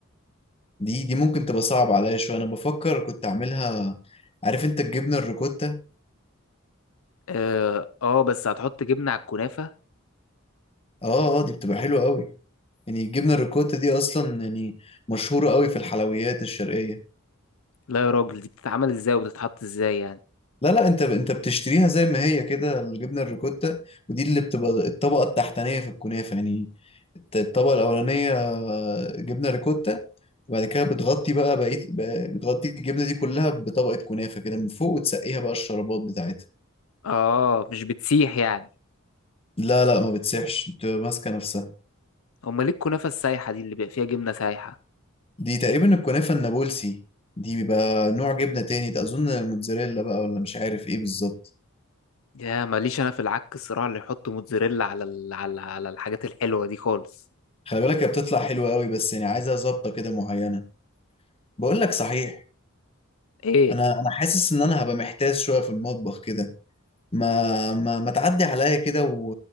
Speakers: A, on the left; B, on the left.
A: دي دي ممكن تبقى صعبة عليا شوية انا بفكر كنت اعملها عارف انت الجبنة الريكوتا
B: اه آه، بس هتحط جبنه على الكنافه
A: اه اه دي بتبقى حلوة قوي يعني الجبنة الريكوتا دي اصلا يعني مشهورة قوي في الحلويات الشرقية
B: لا يا راجل دي بتتعمل ازاي وبتتحط ازاي يعني
A: لا لا انت انت بتشتريها زي ما هي كده الجبنه الريكوتا ودي اللي بتبقى الطبقه التحتانيه في الكنافه يعني الت- الطبقه الاولانيه آه، جبنه ريكوتا وبعد كده بتغطي بقى بقيه بقى- بتغطي الجبنه دي كلها بطبقه كنافه كده من فوق وتسقيها بقى الشربات بتاعتها
B: اه مش بتسيح يعني
A: لا لا ما بتسيحش بتبقى ماسكه نفسها
B: امال ليه الكنافه السايحه دي اللي بيبقى فيها جبنه سايحه
A: دي تقريبا الكنافه النابلسي دي بيبقى نوع جبنه تاني ده اظن الموتزاريلا بقى ولا مش عارف ايه بالظبط
B: يا ماليش انا في العك الصراع اللي يحط موتزاريلا على ال... على على الحاجات الحلوه دي خالص
A: خلي بالك هي بتطلع حلوه قوي بس يعني عايزها ظابطه كده معينه بقول لك صحيح
B: ايه
A: انا انا حاسس ان انا هبقى محتاس شويه في المطبخ كده ما ما ما تعدي عليا كده و...